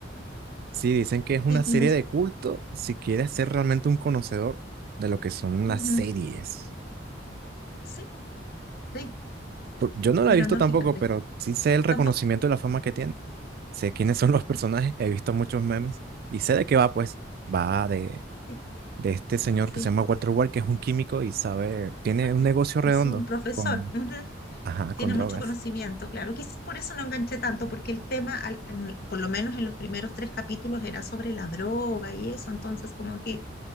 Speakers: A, on the right; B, on the left.
A: sí, dicen que es una
B: Y,
A: serie
B: y me...
A: de culto si quieres ser realmente un conocedor de lo que son
B: Ujú,
A: las series.
B: Sí, sí,
A: Por- Yo no la
B: pero
A: he visto
B: no,
A: tampoco,
B: fíjate.
A: pero sí sé el reconocimiento
B: ¿Tampoco?
A: y la fama que tiene. Sé quiénes son los personajes, he visto muchos memes y sé de qué va, pues. Va de,
B: Sí,
A: de este señor
B: sí.
A: que se llama Walter White, que es un químico y sabe, tiene
B: sí,
A: un negocio redondo
B: Es un profesor.
A: con,
B: ujú,
A: ajá,
B: Tiene
A: con drogas.
B: mucho conocimiento, claro. Quizás por eso no enganché tanto, porque el tema, al- en- por lo menos en los primeros tres capítulos, era sobre la droga y eso. Entonces, como que